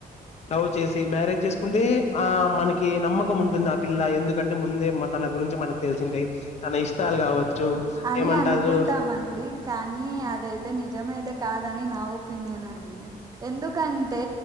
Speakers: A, on the left; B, on the right.
A: లవ్ చేసి, మ్యారేజ్ చేసుకుంటే, ఆ మనకి నమ్మకం ఉంటుంది. ఆ పిల్ల ఎందుకంటే ముందే మన తన గురించి మనక్ తెలిసింటయ్ తన ఇష్టాలు కావచ్చు,
B: అని
A: ఏమంటారు
B: అనుకుంటామండి కానీ అదైతే నిజమైతే కాదని నా ఒప్పీ ఒపీనియన్ అండి ఎందుకంటే